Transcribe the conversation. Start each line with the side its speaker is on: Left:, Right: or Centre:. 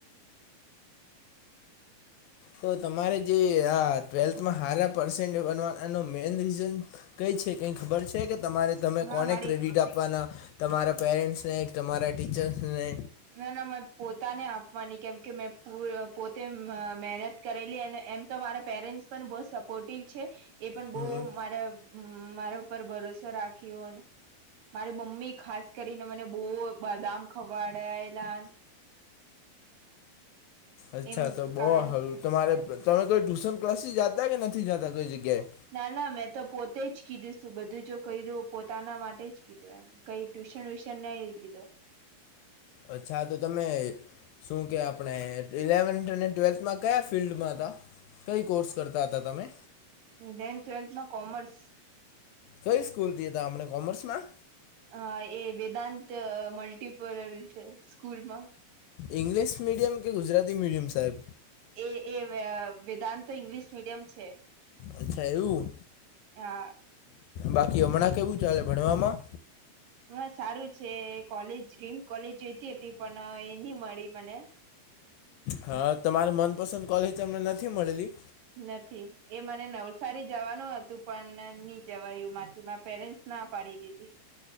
Left: તો તમારે જે આ- ટ્વેલ્થમાં હાર પર્સેન્ટ બનવા એનો મેઈન રીઝન- કંઈ છે કંઈ ખબર છે કે તમારે તમે
Right: હા
Left: કોને
Right: મારી
Left: ક્રેડિટ આપવાના? તમારા પેરેન્ટ્સને? તમારા ટીચર્સ ને
Right: ના, ના, મે પોતાને આપવાની, કેમ કે મેં પોતે મહેનત કરેલી અને એમ તો મારા પેરેન્ટસ પણ બહ સપોર્ટિવ છે. એ પણ બહ
Left: હમ
Right: મારા મારા ઉપર ભરોસો રાખ્યો ને. મારી મમ્મી ખાસ કરીને મને બહુ બદામ ખવડાવે.
Left: અચ્છા,
Right: એમ
Left: તો
Right: કારણ
Left: બહુ હારું. તમારે તમે કોઈ ટ્યુશન ક્લાસથી જાતા કે નથી જતા કોઈ જગ્યાએ?
Right: ના, ના, મેં તો પોતે જ કીધું બધું. જો કહ્યું પોતાના માટે જ કીધું એમ. કઈ ટ્યુશન-વ્યુશન નઈ લીધું.
Left: અચ્છા, તો તમે શું કે, આપણે ઇલેવન્થ અને ટ્વેલ્થમાં કયા ફિલ્ડમાં હતા? કઈ કોર્સ કરતા હતા તમે?
Right: ઈલેવન ટ્વેલ્થમાં કોમર્સ.
Left: કઈ સ્કૂલ થી હતા? આપણે કોમર્સ માં?
Right: અ એ વેદાંત મલ્ટીપોલ સ્કૂલમાં.
Left: ઇંગ્લિશ મીડિયમ કે ગુજરાતી મીડિયમ, સાહેબ?
Right: એ, એ વેદાંત તો ઇંગ્લિશ મીડિયમ છે.
Left: અચ્છા, એવું.
Right: હા
Left: બાકી હમણાં કેવું ચાલે ભણવામાં?
Right: હ, સારું છે. કોલેજ ડ્રીમ કોલેજ જોઈતી હતી, પણ એ નહીં મળી મને.
Left: હા, તમારે મનપસંદ કોલેજ તમને નથી મળેલી?
Right: નથી, એ મને નવસારી જવાનું હતું, પન ની જવાયું મારથી માર પેરેન્ટ્સ ના પાડી દીધી.